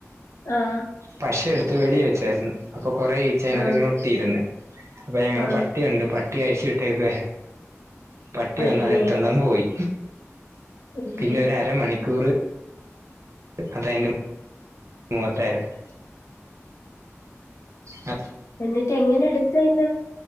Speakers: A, on the left; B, on the right.
A: ആഹ്.
B: പശ എടു ത്ത് വെളിയി വെച്ചായിരുന്നു അപ്പൊ കുറേ ഈച്ച അതിനകത്ത്
A: ആഹ്.
B: ഇങ്ങനെ ഒട്ടിയിരുന്ന് അപ്പൊ ഞങ്ങളെ
A: ആഹ്.
B: പട്ടിയുണ്ട് പ ട്ടിയെ അഴിച്ചിട്ടേക്ക പട്ടി
A: അയ്യോ!
B: വന്ന അതി ത്തണ്ടങ്ങ്
A: പട്ട്
B: പോയി
A: അയ്യോ!
B: പിന്നെ ഒരു അരമണിക്കൂറ് അതയ്ന്റെ മുഖത്തായിരുന്നു അ
A: എന്നിട്ടെങ്ങനെ എടു ത്തുഅയ്‌ന്റെ